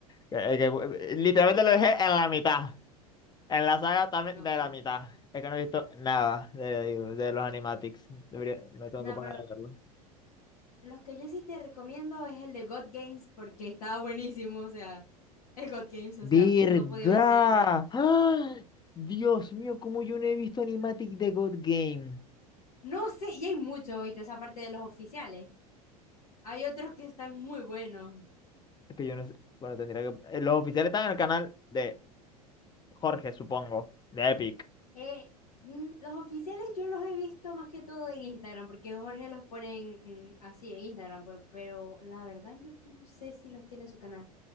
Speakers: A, on the left; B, on the left.
A: Eh, que, eh, literalmente lo dejé en la mitad, en la saga también
B: No
A: de
B: pasa.
A: la mitad. Es que no he visto nada de, de los animatics, Debería- me tengo
B: No,
A: que poner
B: pero
A: a verlo.
B: los que yo sí te recomiendo es el de God Games porque estaba buenísimo, o sea, el God Games, o
A: ¿Verdad?
B: sea, no podía ver nada malo.
A: ¡Ah! Dios mío, cómo yo no he visto animatic de God Game.
B: No sé, y hay muchos, ¿viste? O sea, aparte de los oficiales. Hay otros que están muy buenos.
A: Es que yo no sé. Bueno, tendría que. eh, Los oficiales están en el canal de Jorge, supongo, de Epic.
B: Eh, mm, los oficiales yo los he visto más que todo en Instagram, porque Jorge los pone en- así en Instagram, pues, pero la verdad en YouTube no sé si los tiene en su canal.